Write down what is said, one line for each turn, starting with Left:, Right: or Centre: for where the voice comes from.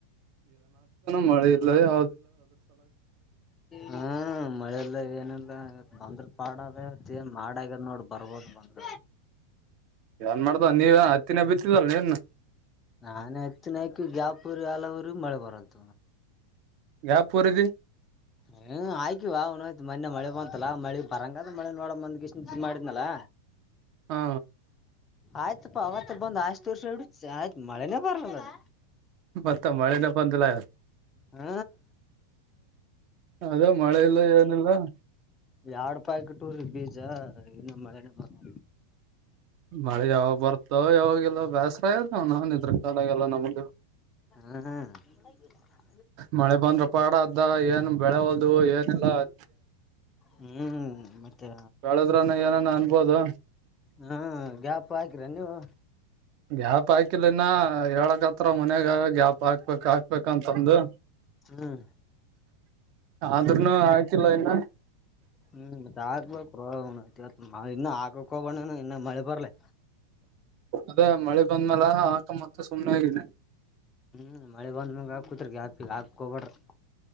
Right: ಮಳ ಇಲ್ಲ ಯಾ
Left: ಹಾ ಮಳೆ ಇಲ್ಲ ಏನ್ ಏನ ಬಂದ್ರ ಪಾಡದ ಏನ್ ಮಾಡಗ್ಯದ ನೋಡ್ ಬರ್ಬೋದು ಬಂದ್ರ
Right: ಏನ್ ಮಾಡ್ದ ನೀವ ಹತ್ತಿನ ಬಿತ್ತಿದ್ದಲ್ ನೀನು
Left: ನಾನೇ ಹತ್ತಿನಕು ಯ್ಯಾಪುರಿ ಆಲ ಊರಿಗೆ ಮಳೆ ಬರಲ್ತ
Right: ಯಾವ್ ಪೂರಿದಿ
Left: ಹ್ಮ್ ಆಯ್ಕಿವ ಅವ್ ಆಯ್ತು ಮೊನ್ನೆ ಮಳೆ ಬಂತಲ್ಲ ಮಳಿ ಬರಂಗದ ಮಳೆ ನೋಡ ಬಂದ್ ಇಷ್ಟ ಮಾಡಿದನಲ <unintelligible> ಹ
Right: ಹಾ
Left: ಆಯ್ತಪ್ಪಾ ಅವತ್ತ ಬಂದ್ ಆಯ್ತು ವರ್ಷ ಡ ಆಯ್ತು ಮಳೆನೇ ಬರ್ಲಲ್ಲ ಅದು
Right: ಮತ್ತ ಮಳಿನೇ ಬಂದಿಲ್ಲ
Left: ಹ
Right: ಅದ ಮಳೆ ಇಲ್ಲ ಏನಿಲ್ಲ
Left: ಯಾಡ್ಪಾಯಕಿಟ್ಟೂರೀ ಬೀಜ ಇನ್ನು ಮಳೆನ ಬರ್ಲಾ
Right: ಮಳೆ ಯಾವಾಗ ಬರ್ತಾವ ಯಾವಾಗಲ್ಲ ಬೇಸರ ಅದವ ನ ನಿದ್ರ ಕಾಲಾಗಲ್ಲ ನಮಗ
Left: ಹ
Right: ಮಳೆ ಬಂದ್ರ ಪಾಡ ಅದ್ದ ಏನ್ ಬೆಳೆ ಹೊಲ್ದು ಏನ್ ಎಲ್ಲ ಅ
Left: ಹ್ಮ್ ಮತ್ತೆ
Right: ಹೇಳದ್ರನ ಏನಾನ ಅನ್ಬೋದು
Left: ಹ್ಮ ಗ್ಯಾಪ್ ಹಾಕಿರ ನೀವು
Right: ಗ್ಯಾಪ್ ಹಾಕಿಲಿನ ಹೇಳಕ್ ಹತ್ರ ಮನ್ಯಾಗ ಗ್ಯಾಪ್ ಹಾಕ್ಬೇಕಕ್ ಹಾಕ್ಬೇಕಂತಂದು
Left: ಹ್ಮ್
Right: ಆದ್ರೂನು ಹಾಕಿಲ್ಲ ಇನ್
Left: ಹ್ಮ್ ಹಾಕ್ಬೇಕು ಬ್ರೋ ತ್ ಇನ್ನು ಹಾಕಕ್ ಹೋಗ್ಬೇಡ ಇನ್ನು ಮಳೆ ಬರ್ಲಿ
Right: ಅದೇ ಮಳೆ ಬಂದ್ಮಲ ಆಕಮ್ಮ ಅಂತ್ ಸುಮಮ್ಮನೆಗಿದೆ
Left: ಹ್ಮ್ ಮಳೆ ಬಂದ ಮಂಗ ಹಾಕೂತ್ಕ ಹಾಪಿಲ್ಲ ಹಾಕೊಬಡ್ರಿ